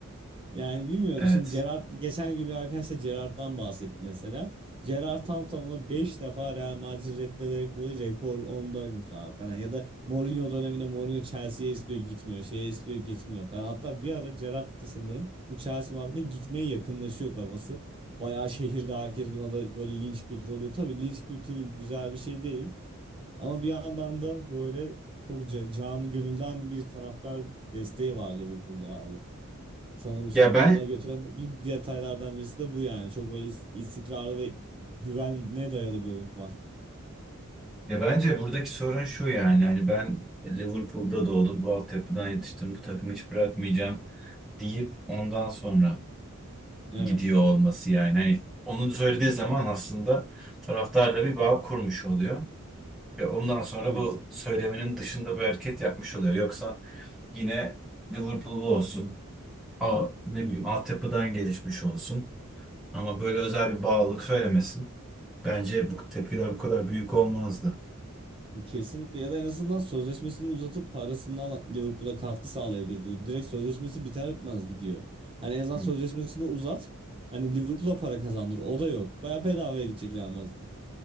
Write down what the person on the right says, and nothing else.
Yani bilmiyorum.
Şimdi Gerrard geçen gün bir arkadaşla Gerrard'dan bahsetti mesela. Gerrard tam tamına 5 defa Real Madrid reddederek böyle rekor ondaymış abi falan. Ya da Mourinho döneminde Mourinho Chelsea'ye istiyor gitmiyor. Şeye istiyor gitmiyor falan. Hatta bir ara Gerrard da sanırım bu Chelsea muhabbetine gitmeye yakınlaşıyor kafası. Bayağı şehirde herkes buna da böyle linç kültürü oluyor. Tabii linç kültürü güzel bir şey değil. Ama bir yandan da böyle çok ca- canı gönülden bir taraftar desteği var Liverpool'da abi. Sanırım şampiyonluğa
götüren bir detaylardan birisi de bu yani. Çok böyle is- istikrarlı ve güvene dayalı bir oyun var.
Evet.
Evet.
Kesinlikle ya da en azından sözleşmesini uzatıp parasından Liverpool'a katkı sağlayabilirdi. Direkt sözleşmesi biter bitmez gidiyor. Hani en azından
sözleşmesini uzat. Hani Liverpool'a para kazandır. O da yok. Baya bedavaya gidecek Real Madrid'e.